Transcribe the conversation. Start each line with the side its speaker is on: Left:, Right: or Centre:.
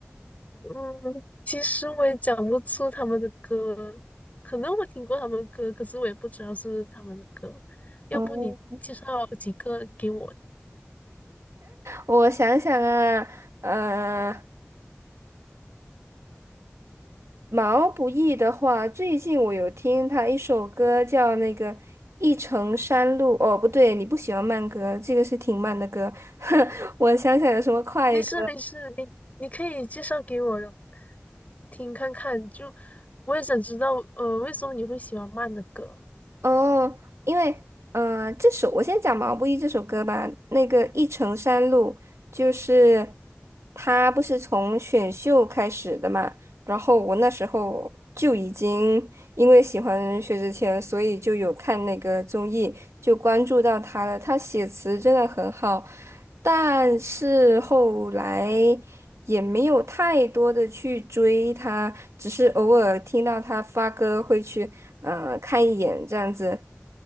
Left: 嗯，其实我也讲不出他们的歌，可能我听过他们的歌，可是我也不知道是不是他们的歌。要不你介绍几个给我？
Right: 哦，我想想啊，呃。毛不易的话，最近我有听他一首歌叫那个《一程山路》。哦，不对，你不喜欢慢歌，这个是挺慢的歌。<laughs> 我想起来有什么快歌。
Left: 没事没事，你你可以介绍给我听看看，就我也想知道，呃，为什么你会喜欢慢的歌？
Right: 哦，因为呃，这首我先讲毛不易这首歌吧。那个《一程山路》就是他不是从选秀开始的嘛，然后我那时候就已经因为喜欢薛之谦，所以就有看那个综艺，就关注到他了。他写词真的很好，但是后来也没有太多的去追他，只是偶尔听到他发歌会去呃看一眼这样子。